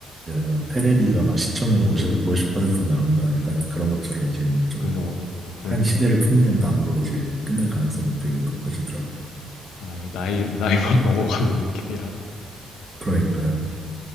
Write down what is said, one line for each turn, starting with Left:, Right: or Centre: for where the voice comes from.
Right: 이제는 테레비가 막 시청률 십퍼50% 나온다. 약간 그런 것처럼 이제는 좀
Left: 그죠, 그죠. 아, 그러니까요.
Right: 한 시대를 풍미한 단어로 이제 끝날 가능성이 되게 높아지더라고요.
Left: 아, 이게 나이 나이만 먹어가는 <laughs> 느낌이라.
Right: 그러니까요.